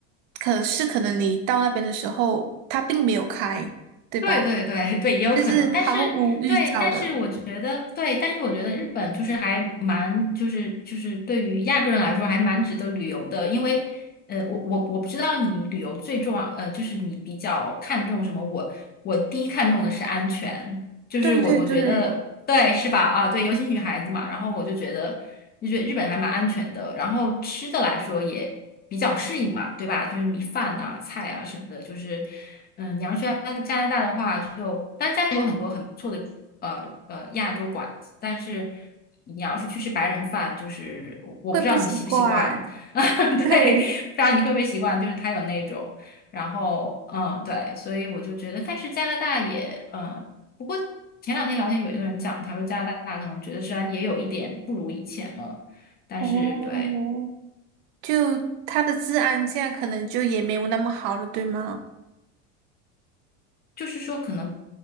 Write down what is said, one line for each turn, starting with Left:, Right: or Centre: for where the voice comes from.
Right: 可是可能你到那边的时候，它并没有开，对吧？
Left: 对对对 <laughs> 对，也有可能，
Right: 就是毫无预兆的。
Left: 但是对，但是我觉得对，但是我觉得日本就是还蛮就是就是对于亚洲人来说还蛮值得旅游的，因为呃，我我我不知道你旅游最重要呃，就是你比较看重什么，我我第一看重的是安全，就是我我觉得对是吧？
Right: 对对对，
Left: 啊，对，尤其女孩子嘛，然后我就觉得就觉得日本还蛮安全的，然后吃的来说也比较适应嘛，对吧？就是米饭啊、菜啊什么的，就是嗯，你要去加加拿大的话就，当然加拿大有很多很不错的呃呃亚洲馆子，但是你要是去吃白人饭，就是我不知道你习不习惯，
Right: 会不习惯。
Left: <laughs> 对，
Right: 对。
Left: 不知道你会不会习惯，就是他有那种。然后，嗯，对，所以我就觉得，但是加拿大也，嗯，不过。前两天聊天有一个人讲，他说加拿大可能觉得虽然也有一点不如以前了，但是对，
Right: 哦，就他的治安现在可能就也没有那么好了，对吗？
Left: 就是说可能，